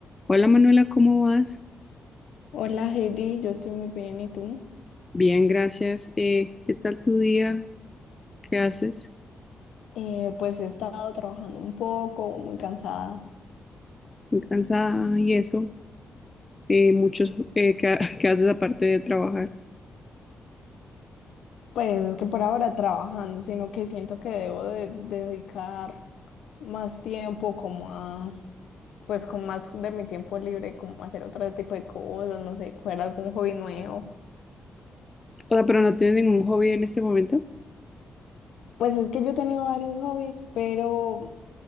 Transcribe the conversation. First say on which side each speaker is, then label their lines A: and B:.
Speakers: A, on the left; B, on the left.
A: Hola Manuela, ¿cómo vas?
B: Hola Heidi, yo estoy muy bien, ¿y tú?
A: Bien, gracias. Eh, ¿qué tal tu día? ¿Qué haces?
B: Eh, pues he estado trabajando un poco, muy cansada.
A: Muy cansada y eso. Eh, muchos, eh, ¿qué, ha- <laughs> qué haces aparte de trabajar?
B: Pues es que por ahora trabajando, sino que siento que debo de dedicar más tiempo como a, pues con más de mi tiempo libre, como a hacer otro tipo de cosas, no sé, coger algún hobby nuevo.
A: O sea, pero no tienes ningún hobby en este momento.
B: Pues es que yo he tenido varios hobbies, pero